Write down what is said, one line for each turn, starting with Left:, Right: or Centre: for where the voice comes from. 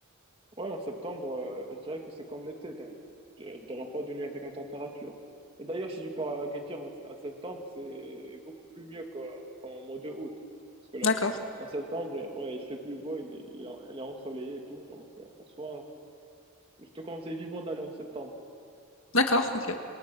Right: Ouais, en septembre, euh, je dirais que c'est comme l'été, donc tu n'auras pas de nuit avec la température. Et d'ailleurs, si tu pars à Agadir en- à septembre, c'est beaucoup plus mieux qu'en qu'en mois de août. Parce que là,
Left: D'accord,
Right: en septembre, ouais, il fait plus beau, il est, il est, il est ensoleillé et tout, donc euh, en soi, je te conseille vivement d'aller en septembre.
Left: d'accord, ok.